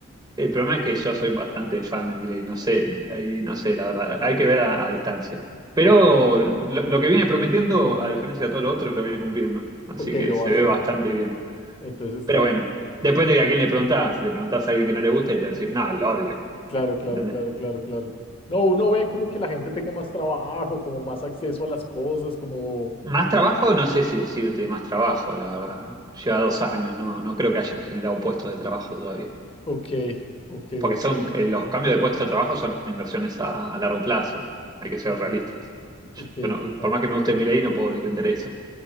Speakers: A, on the right; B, on the left.
A: el problema es que yo soy bastante fan de Milei, no sé, ahí no sé, la verdad, hay que ver a, a distancia. Pero
B: Ok,
A: lo, lo que viene prometiendo, a diferencia de todos los otros, lo viene cumpliendo. Así
B: ok,
A: que
B: lo
A: se
B: va haciendo.
A: ve bastante bien.
B: Entonces está.
A: Pero bueno, depende de a quién le preguntás. Le preguntás a alguien que no le gusta y te va a decir, no, lo odio.
B: Claro, claro,
A: ¿Entendés?
B: claro, claro, claro. No, uno ve como que la gente tenga más trabajo, como más acceso a las cosas, como...
A: Más trabajo, no sé si decirte más trabajo, la verdad. Lleva dos años, no, no creo que haya generado puestos de trabajo todavía.
B: Ok, ok,
A: Porque
B: ok,
A: son,
B: ok,
A: eh, los cambios de puesto de trabajo son inversiones a, a largo plazo. Hay que ser
B: ok,
A: realistas.
B: ok,
A: Yo no-
B: total.
A: por más que me guste mi ley, no puedo defender eso.